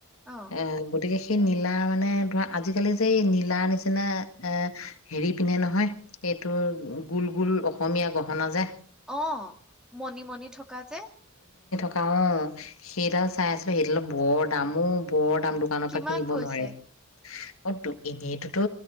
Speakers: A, in the centre; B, on the left.
A: অ
B: আহ', গতিকে সেই নীলা মানে ধৰা, আজিকালি যে এই নীলাৰ নিচিনা এ', হেৰি পিন্ধে নহয় এইটো গোল-গোল অসমীয়া গহনা যে
A: অ', মণিমণি থকা যে
B: অহ, সেইডাল চাই আছো সেইডাল বৰ দামো বৰ দাম দোকানৰ
A: কিমান
B: পৰা কিনিব
A: কৈছে
B: নোৱাৰে, অতো এনেইতোতো